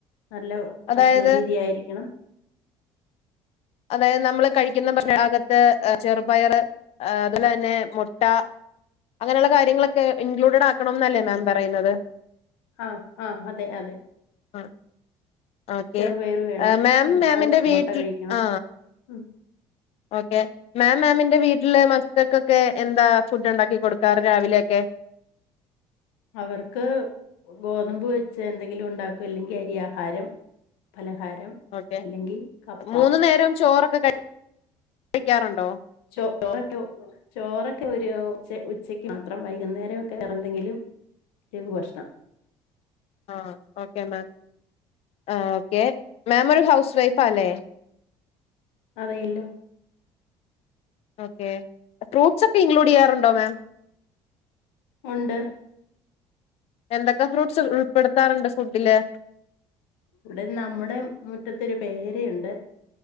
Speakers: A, on the left; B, on the left.
A: നല്ല
B: അതായത്
A: ഭക്ഷണരീതിയായിരിക്കണം
B: അതായത് നമ്മള് കഴിക്ക്ന്ന ഭാഗത്ത് ചെറുപയർ അതിലെന്നെ മുട്ട അങ്ങനെയുള്ള കാര്യങ്ങളൊക്കെ ഇൻക്ലൂഡഡ് ആക്കണന്നല്ലേ മാം പറയുന്നത്
A: ആ ആഹ അതെ അതെ
B: ആ ഓക്കെ
A: ചെറുപയറ് വേണം
B: മാം
A: മുട്ട
B: മാമിന്റെ വീട്ടിൽ
A: മുട്ട കഴിക്കണം
B: ആ,
A: ഉം
B: ഓക്കെ, മാം, മാമിന്റെ, വീട്ടില്, മക്കൾക്കൊക്കെ എന്താ, ഫുഡ് ണ്ടാക്കി, കൊടുക്കാറ്, രാവിലെയക്കെ
A: അവർക്ക് ഗോതമ്പ്, വെച്ച്, എന്തെങ്കിലും, ഉണ്ടാക്കും, അല്ലെങ്കി, അരിയാഹാരം, പല ആഹാരം,
B: ഓക്കെ
A: അല്ലെങ്കി, കപ്പ
B: മൂന്നു നേരവും ചോറൊക്കെ കഴിക്കാറുണ്ടോ
A: ചോ, ചോറൊക്കെ, ചോറൊക്കെ, വക്കുയോ ഉ, ഉച്ചക്ക്, മാത്രം, വൈകുന്നേരക്കെ, വേറെന്തെങ്കിലും, രഘുഭക്ഷണം.
B: ആ, ഓക്കെ മാം ആഓക്കെ, മാമ്, ഒരു, ഹൗസ്, വൈഫാല്ലേ.
A: അതയല്ലോ.
B: ഓക്കെ, ഫ്രൂട്ട്സ് ഒക്കെ ഇൻക്ലൂഡ് യ്യാറുണ്ടോ മാം.
A: ഉണ്ട്.
B: എന്തൊക്കെ ഫ്രൂട്ട്സ്, ഉള്പ്പടുത്താറുണ്ട്, ഫുഡില്.
A: ഇവിടെ, നമ്മുടെ, മുറ്റത്തരു, പേരയുണ്ട്.